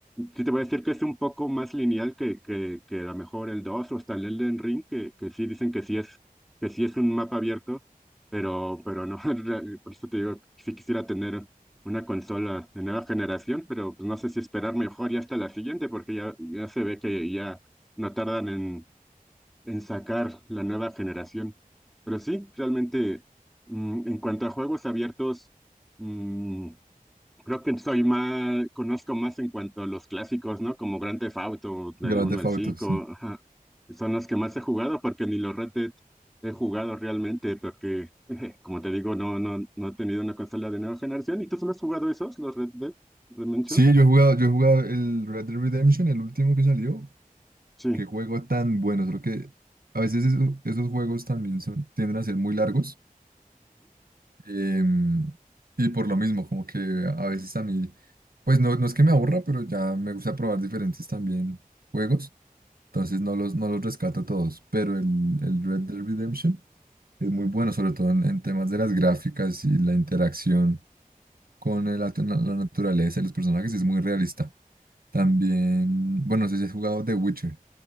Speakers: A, in the centre; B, on the right.
A: Sí, te voy a decir que es un poco más lineal que, que, que a lo mejor el 2 o hasta el Elden Ring, que, que sí dicen que sí es, que sí es un mapa abierto, pero, pero no, <laughs> en real- por eso te digo, sí quisiera tener una consola de nueva generación, pero pues, no sé si esperar mejor ya hasta la siguiente, porque ya, ya se ve que ya no tardan en, en sacar la nueva generación. Pero sí, realmente, mm, en cuanto a juegos abiertos, mm, Creo que soy más, conozco más en cuanto a los clásicos, ¿no? Como Grand Theft Auto, del
B: Grand
A: uno
B: Theft
A: al
B: Auto,
A: 5,
B: sí.
A: ajá. Son los que más he jugado porque ni los Red Dead he jugado realmente porque, <laughs> como te digo, no, no, no he tenido una consola de nueva generación. ¿Y tú solo has jugado esos, los Red Dead Redemption?
B: Sí, yo he jugado, yo he jugado el Red Dead Redemption, el último que salió.
A: Sí.
B: Qué juego tan bueno, creo que a veces eso- esos juegos también son, tienden a ser muy largos Em, y por lo mismo, como que a veces a mí, pues no, no es que me aburra, pero ya me gusta probar diferentes también juegos. Entonces no los, no los rescato todos, pero el, el Red Dead Redemption es muy bueno, sobre todo en, en temas de las gráficas y la interacción con el at- la, la naturaleza y los personajes es muy realista. También, bueno, no sé si has jugado The Witcher,